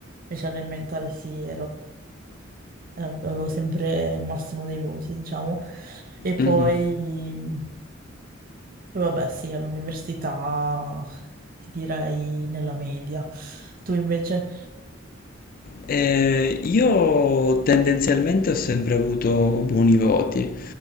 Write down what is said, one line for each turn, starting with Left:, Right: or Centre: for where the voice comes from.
Right: Invece alle elementari sì, eh, avevo sempre il massimo dei voti, diciamo. E poi,
Left: Mhm.
Right: mh, poi vabbè, sì, all'università ti direi nella media. Tu invece?
Left: Eh, io tendenzialmente ho sempre avuto buoni voti